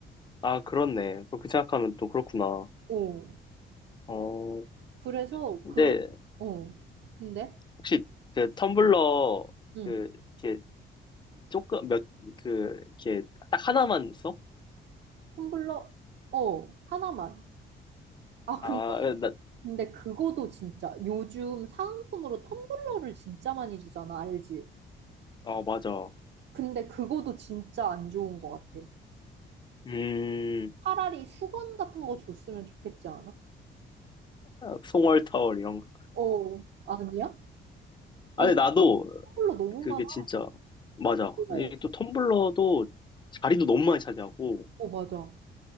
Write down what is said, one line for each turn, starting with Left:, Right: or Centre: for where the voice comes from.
Left: 아, 그렇네. 그렇게 생각하면 또 그렇구나.
Right: 어,
Left: 어,
Right: 그래서
Left: 근데
Right: 그, 어, 근데,
Left: 혹시 그 텀블러
Right: 응,
Left: 그 이렇게 조금 몇 그 이렇게 딱 하나만 써?
Right: 텀블러, 어, 하나만. 아,
Left: 아,
Right: 근데,
Left: 나,
Right: 근데 그거도 진짜, 요즘 사은품으로 텀블러를 진짜 많이 주잖아, 알지?
Left: 어, 맞아.
Right: 근데 그거도 진짜 안 좋은 것 같아.
Left: 음,
Right: 차라리 수건 같은 거 줬으면 좋겠지 않아?
Left: 송월 타월 이런 거.
Right: 어, 아니야? 아니,
Left: 아니, 나도
Right: 싱글러 너무
Left: 그게
Right: 많아.
Left: 진짜 맞아.
Right: 어,
Left: 이게 또 텀블러도 자리도 너무 많이 차지하고
Right: 어, 맞아.